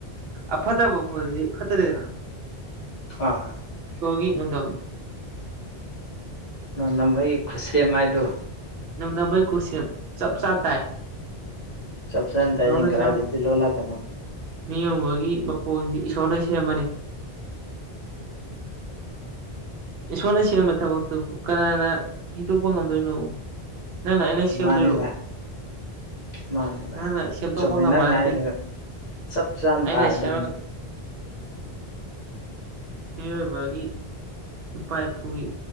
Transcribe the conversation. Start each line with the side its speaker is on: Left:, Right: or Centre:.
Right: ꯑ ꯐꯠꯇ ꯐ ꯐꯠꯇꯔꯦꯗꯅ
Left: ꯑꯥ
Right: ꯁꯣꯒꯤ ꯎ ꯇꯣꯝꯅ
Left: ꯅꯣꯡ ꯅꯝꯕꯒꯤ ꯈꯨꯠꯁꯦꯝ ꯃꯥꯏꯗꯨ
Right: ꯅꯗ ꯃꯥ ꯀꯁꯤꯦꯝ ꯆꯞ ꯆꯥꯇꯥ
Left: ꯆꯞ ꯆꯥꯅ ꯇꯥꯏ
Right: ꯁꯅꯁꯤ
Left: ꯏꯪꯒ꯭ꯔꯥꯖꯤꯗꯤ ꯂꯣꯜꯂꯛꯀꯅꯨ
Right: ꯃꯤ ꯑꯃꯒꯤꯒꯤ ꯃꯄꯣꯛꯁꯤꯗꯤ ꯏꯁꯣꯔꯅ ꯁꯦꯝꯕꯅꯦ ꯏꯁꯣꯔꯅ ꯁꯦꯝꯕ ꯊꯕꯛꯇꯨꯕꯨ ꯀꯅꯥꯅ ꯍꯤꯗꯣꯛꯄ ꯉꯝꯗꯣꯏꯅꯣ ꯅ ꯅ ꯏꯩꯅꯁꯤ ꯁꯦꯝꯝꯗꯣꯏꯔꯔꯕꯣ
Left: ꯃꯥꯅꯦ ꯚꯥꯏ ꯃꯥꯅꯦ ꯚꯥꯏ
Right: ꯅꯪꯅ ꯁꯦꯝꯗꯣꯛꯄ
Left: ꯆꯨꯝꯃꯦ
Right: ꯉꯝꯕ
Left: ꯅꯪꯅ
Right: ꯅꯠꯇꯦ
Left: ꯍꯥꯏꯗꯣ ꯆꯞ ꯆꯥꯅ
Right: ꯑꯩꯅ
Left: ꯇꯥꯔꯗꯕꯅꯤ
Right: ꯁꯦꯝ ꯃꯤꯑꯣꯏꯕꯒꯤ ꯏꯄꯥ ꯏꯄꯨꯒꯤ